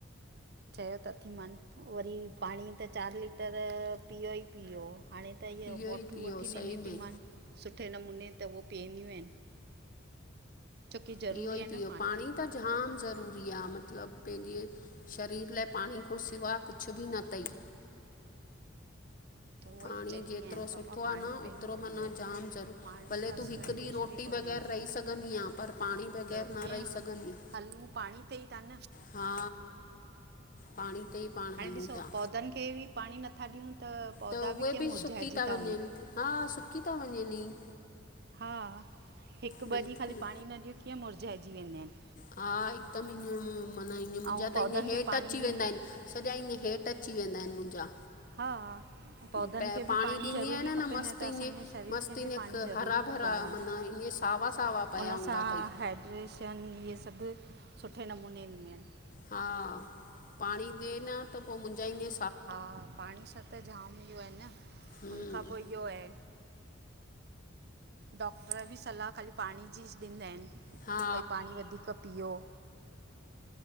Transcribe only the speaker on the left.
इहो
ई पीओ
सही
में
पीओ ई
पओ पाणी त झाम ज़रूरी आ मतिलबु पंहिंजे शरीर लाइ पाणी खां सिवा कुझु ॿि न अथई।
पाणी
जेतिरो
सुठो आ
न
ओतिरो
माना जाम ज़रूरु,
भले
तु
हिकु ॾींहुं
रोटी
रटी
बग़ैर
रही सघंदी आहियां पर पाणी बग़ैर
न
रही सघंदी।
हा पाणी ते ई पाण
हलूं
था
त उहे
ॿि
सुकी ता
वञनि हा सुकी ता वञनि ई।
बिल्कुलु
हा हिकदमि ईअ माना ईअ मुंहिंजा
त
ईअ हेठि
अची
वेंदा आहिनि। सॼा ईय हेठि अची वेंदा आहिनि मुंहिंजा।
प
ॾींदी
आहियां
मस्तु
ईअं
मस्तु
ईअं
क-
हरा भरा
माना
ईअं सावा सावा पिया
हूंदा
अथई
हा पाणी ॾे न त पोइ मुंहिंजा ईंय
हम्म
हा